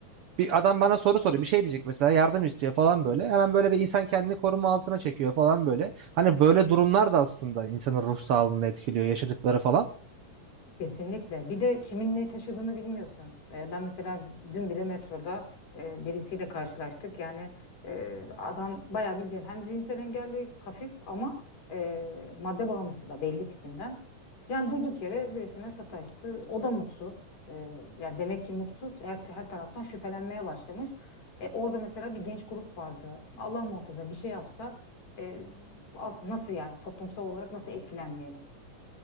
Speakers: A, on the right (about 75°); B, on the left (about 60°).
A: bir adam bana soru soruyor bir şey diyecek mesela yardım istiyor falan böyle hemen böyle bir insan kendini koruma altına çekiyor falan böyle. Hani böyle durumlar da aslında insanın ruh sağlığını etkiliyor yaşadıkları falan.
B: Kesinlikle. Bir de kimin ne taşıdığını bilmiyorsun. Ee, ben mesela dün bile metroda e, birisiyle karşılaştık. Yani e, adam bayağı bildiğin hem zihinsel engelli hafif ama e, madde bağımlısı da belli tipinden. Yani durduk yere birisine sataştı. O da mutsuz. E, ya demek ki mutsuz. Her, her taraftan şüphelenmeye başlamış. E, orada mesela bir genç grup vardı. Allah muhafaza bir şey yapsa e, aslında nasıl yani toplumsal olarak nasıl etkilenmeyelim?